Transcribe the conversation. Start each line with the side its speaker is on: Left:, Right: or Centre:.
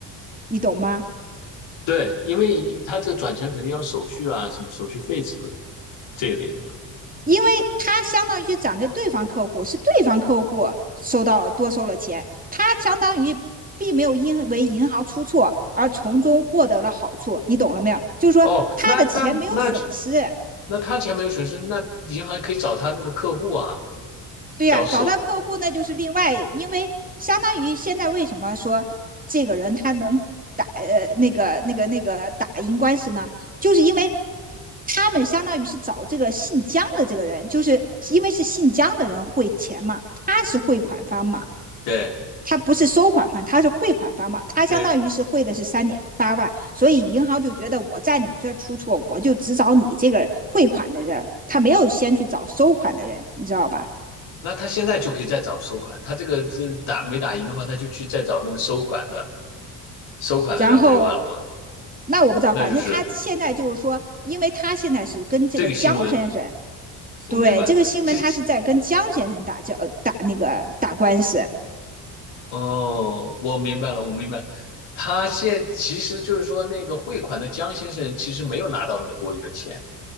Right: 你懂吗？
Left: 对，因为他这个转钱肯定要手续啊，什么手续费什么的这一类的。嘛。
Right: 因为他相当于转给对方客户，是对方客户收到多收了钱，他相当于并没有因为银行出错而从中获得了好处，你懂了没有？就是说他的钱没有损失，
Left: 哦，那那那那他钱没有损失，那银行可以找他那个客户啊，
Right: 对呀、
Left: 找收，
Right: 啊找到客户那就是另外，因为相当于现在为什么说这个人他能打呃那个那个那个打赢官司呢？就是因为他们相当于是找这个姓姜的这个人，就是因为是姓姜的人汇钱嘛，他是汇款方嘛，
Left: 对
Right: 他不是收款方，他是汇款方嘛，他相当于是汇的是三点八万，
Left: 对，
Right: 所以银行就觉得我在你这出错，我就只找你这个汇款的人，他没有先去找收款的人，你知道吧？
Left: 那他现在就可以再找收款，他这个这打没打赢的话，他就去再找那个收款的收款的人不就完了吗？
Right: 然后那我不知道，
Left: 那就是
Right: 反正他现在就是说，因为他现在是跟这个江先生，
Left: 这个新闻，我明白，
Right: 对这个新闻他是在跟江先生打交打那个打官司，
Left: 这哦，我明白了，我明白，他现其实就是说那个汇款的江先生其实没有拿到那个多余的钱。